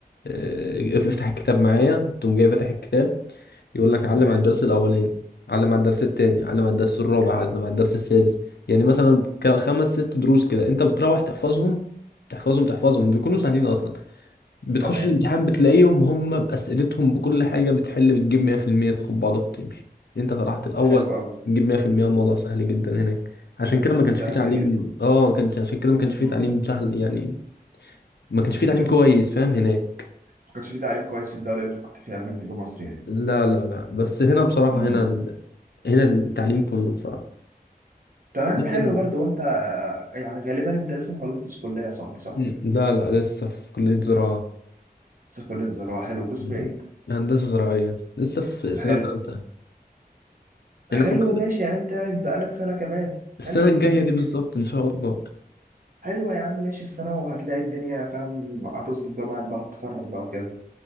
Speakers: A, on the left; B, on the right.
A: آه، افتح الكتاب معايا تقوم جاي فاتح الكتاب يقول لك علم
B: تمام
A: على الدرس الاولاني علم على الدرس التاني علم على الدرس الرابع
B: حلو
A: علم على الدرس السادس يعني مثلا ك- خمس ست دروس كده انت بتروح تحفظهم تحفظهم تحفظهم بيكونوا سهلين اصلا بتخش
B: تمام
A: الامتحان بتلاقيهم هم بأسئلتهم بكل حاجة بتحل بتجيب 100% تاخد بعضك وتمشي انت طلعت الأول
B: حلو قوي
A: بتجيب 100% الموضوع سهل جدا هناك عشان كده ما كانش
B: سهل
A: فيه تعليم اه كان عشان كده ما كانش فيه
B: جدا
A: تعليم سهل يعني ما كانش
B: مم.
A: فيه تعليم كويس فاهم هناك
B: ما كانش في تعليم كويس في الدوله اللي انت كنت فيها قبل ما تيجي مصر يعني
A: لا لا لا بس هنا بصراحة
B: مم.
A: هنا ال... هنا التعليم كله بصراحة
B: تمام
A: ليه
B: حلو
A: هنا
B: برضو وانت يعني غالبا انت لسه ما خلصتش كليه يا صاحبي صح
A: مم، لا لا لسه في كلية زراعة
B: بس كليه زراعه حلو قسم
A: مم،
B: ايه
A: هندسة زراعية لسه في سنة
B: حلو
A: تالتة يعني
B: حلو
A: فاضل
B: ماشي يعني انت بقالك سنه كمان
A: السنة
B: حلو
A: الجاية
B: جميل
A: دي بالظبط
B: جدا
A: إن شاء الله
B: حلو يا عم ماشي السنه وهتلاقي الدنيا فاهم هتظبط بقى معاك بقى هتتخرج بقى وكده